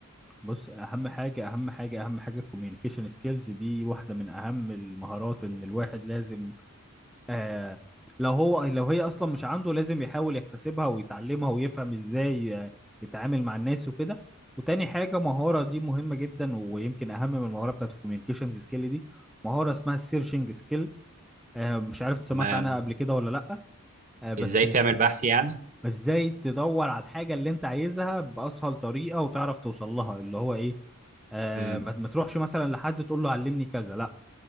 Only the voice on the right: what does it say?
تمام
ازاي
تعمل بحث يعني
امم